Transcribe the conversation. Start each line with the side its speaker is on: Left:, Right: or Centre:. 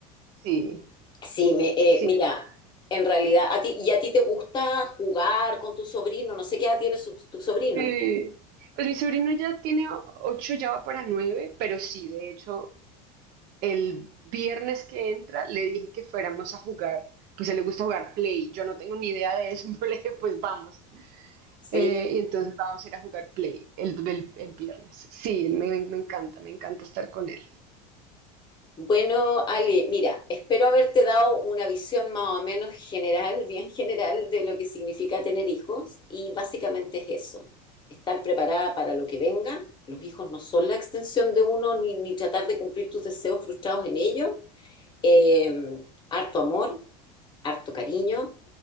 Right: Sí,
Left: Sí, me, eh,
Right: sí,
Left: mira,
Right: es una
Left: en realidad, a ti, ¿y a ti te gusta jugar con tu sobrino? No sé qué edad tiene su- tu sobrino.
Right: Sí. Pues mi sobrino ya tiene o- ocho, ya va para nueve, pero sí, de hecho, el viernes que entra le dije que fuéramos a jugar, pues a él le gusta jugar Play, yo no tengo ni idea de eso, <laughs> pero le dije, pues vamos.
Left: Sí.
Right: Eh, y entonces vamos a ir a jugar Play el, el- el viernes. Sí, él me, me encanta, me encanta estar con él.
Left: Bueno, Ale, mira, espero haberte dado una visión más o menos general, bien general, de lo que significa tener hijos y básicamente es eso, estar preparada para lo que venga. Los hijos no son la extensión de uno, ni, ni tratar de cumplir tus deseos frustrados en ellos, eh, harto amor, harto cariño,